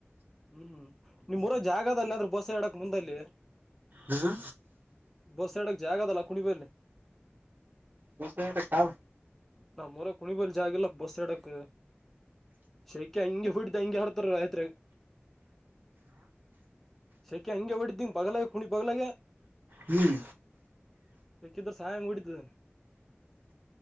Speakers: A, in the centre; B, on the right.
A: ಹ್ಮ್ ನಿಮ್ರೋ ಜಾಗದಲ್ಲ ಆದ್ರೂ ಬಸ ಎಡಕ್ ಮುಂದಲ್ಲಿ
B: ಹ್ಮ್
A: ಬಸ್ ಸಡಕ್ಕೆ ಜಾಗದಲ್ಲ ಕುಣಿ ಬ
B: ಬ
A: ನಾ ಮರ ಕುಣಿಬಲ್ ಜಾಗಲ್ಲ ಬಸ್ ಎಡಕ್ ಶೈಕ್ಯ ಹಂಗಿ ಹುಡ್ದ ಹಂಗಗೆ ಹರತಾರ ರಾಯತ್ರಿ ಸೆಕ್ಯ ಹಂಗೆ ಹೊಡಿದ್ದಿಂಗ ಬಗ್ಲಾಗ ಕುಣಿ ಬಗ್ಲಾಗ
B: ಹ್ಮ್
A: ಸಿಕ್ಕಿದ್ರೆ ಸಾಯಂಗ ಹೊಡಿತೀನಿ